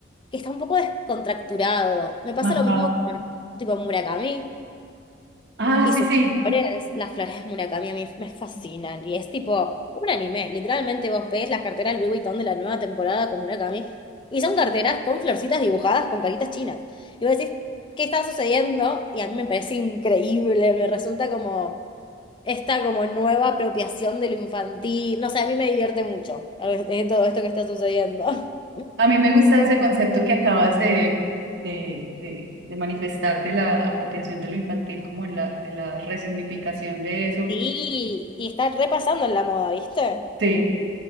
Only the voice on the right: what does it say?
Ajá.
Ah,
sí,
sí.
A mí me gusta ese concepto que acabas de, de, de, de manifestar de la apropiación de lo infantil, como en la, de la resignificación de eso.
Sí,